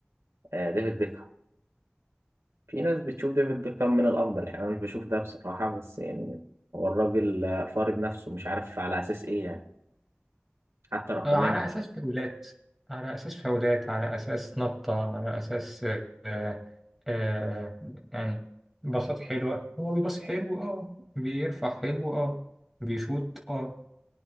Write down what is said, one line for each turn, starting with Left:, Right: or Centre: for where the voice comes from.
Right: آه، ديفيد بيكهام في ناس بتشوف ديفيد بيكهام من الأفضل يعني أنا مش بشوف ده بصراحة بس يعني هو الراجل آه، فارض نفسه مش عارف على أساس إيه يعني حتى رقميا
Centre: آه، على
Right: هو مش-
Centre: اساس فاولات على اساس فاولات على اساس نطة على اساس آه آه يعني باصات حلوة هو بيباصي حلو اه بيرفع حلو اه بيشوط اه